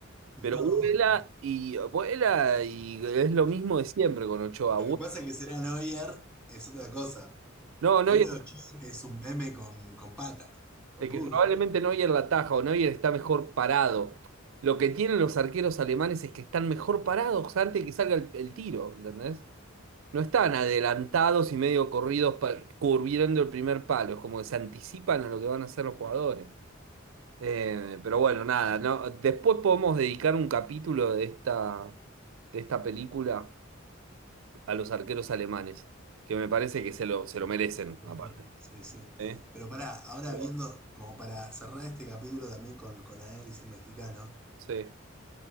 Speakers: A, in the centre; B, on the right.
A: No,
B: Pero vuela y vuela y es lo mismo de siempre con Ochoa.
A: lo
B: Vu-
A: que pasa es que será Neuer es otra cosa.
B: No,
A: Pero
B: no, hay-
A: era Ochoa que es un meme con, con patas, con
B: de que
A: rubro.
B: probablemente Neuer la ataja o Neuer está mejor parado. Lo que tienen los arqueros alemanes es que están mejor parados antes de que salga el, el tiro, ¿entendés? No están adelantados y medio corridos pa- curviando el primer palo, es como que se anticipan a lo que van a hacer los jugadores. Eh, pero bueno, nada, ¿no? Después podemos dedicar un capítulo de esta, de esta película a los arqueros alemanes, que me parece que se lo, se lo merecen,
A: Sí,
B: aparte.
A: sí, sí.
B: ¿eh?
A: Pero pará, ahora
B: Pero,
A: viendo, como para cerrar este capítulo también con, con análisis mexicano,
B: sí.